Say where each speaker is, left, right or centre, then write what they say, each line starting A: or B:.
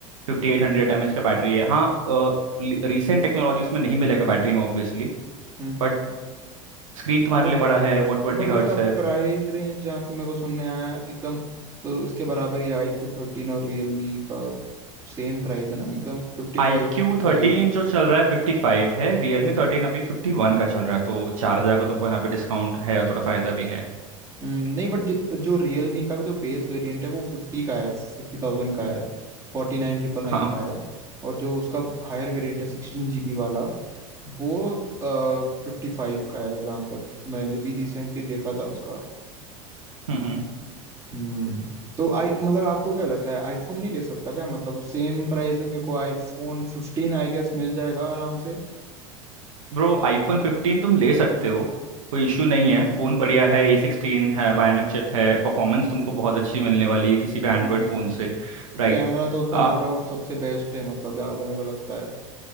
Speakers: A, on the right; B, on the right.
A: फिफ्टी एट हंड्रेड एम एच का बैटरी है हाँ रिसेंट टेक्नोलॉजी उसमें नहीं मिलेगा बैटरी में ऑब्वियसली
B: हम्म
A: बट स्क्रीन तुम्हारे
B: बट
A: लिए बड़ा है वन ट्वेंटी
B: बट उसका
A: हर्ट्स
B: प्राइस
A: है
B: रेंज जहाँ तक मेरे को सुनने आया है, एकदम अ, इसके बराबर ही आईक्यू थर्टीन और रियलमी का सेम प्राइस है ना एकदम फिफ्टी
A: आई
B: फाइव
A: क्यू थर्टीन जो चल रहा है फिफ्टी फाइव है रियलमी थर्टीन अभी फिफ्टी वन का चल रहा है तो चार हजार का तुमको यहाँ पे डिस्काउंट है और थोड़ा फायदा भी है
B: हम्म, नहीं बट जो रियलमी का भी जो बेस वेरिएंट है वो फिफ्टी का है फिफ्टी थाउजेंड का है फोर्टी नाइन ट्रिपल नाइन
A: हाँ
B: का है और जो उसका हायर वेरिएंट है सिक्सटीन जीबी वाला वो फिफ्टी फाइव का है जहाँ तक मैंने भी रिसेंटली देखा था उसका
A: हम्म हम्म।
B: हम्म तो आई मतलब आपको क्या लगता है आईफोन नहीं ले सकता क्या मतलब सेम प्राइस में मेरे को आईफोन फिफ्टीन आई गेस मिल जाएगा आराम से
A: ब्रो आईफोन फिफ्टीन तुम ले सकते हो कोई इशू नहीं
B: हम्म
A: है फ़ोन बढ़िया है ए सिक्सटीन है बायोनिक चिप है परफॉर्मेंस तुमको बहुत अच्छी मिलने वाली है किसी भी एंड्रॉयड
B: हम्म
A: फ़ोन से
B: तो
A: राइट
B: कैमरा तो उसका
A: आ,
B: नो डाउट सबसे बेस्ट है मतलब जहाँ तक मेरे को लगता